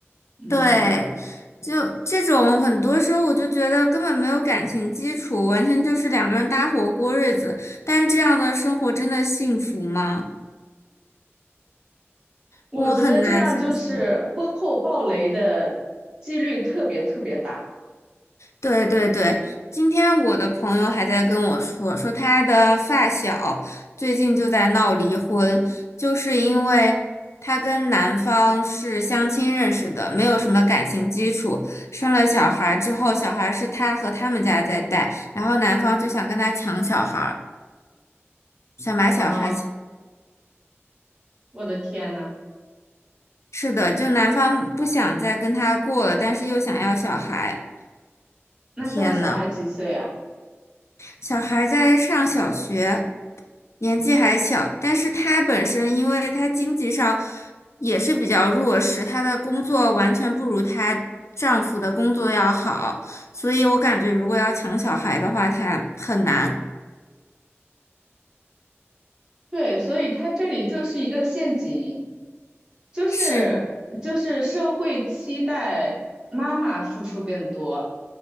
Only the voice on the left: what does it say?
对，就这种很多时候我就觉得根本没有感情基础，完全就是两个人搭伙过日子。但这样的生活真的幸福吗？
我很难想象。对对对，今天我的朋友还在跟我说，说他的发小最近就在闹离婚，就是因为他跟男方是相亲认识的，没有什么感情基础，生了小孩之后，小孩是他和他们家在带，然后男方就想跟他抢小孩，想把小孩抢
是的，就男方不想再跟他过了，但是又想要小孩，
天呐，小孩在上小学。年纪还小，但是她本身因为她经济上也是比较弱势，她的工作完全不如她丈夫的工作要好，所以我感觉如果要抢小孩的话，她很难。
是的，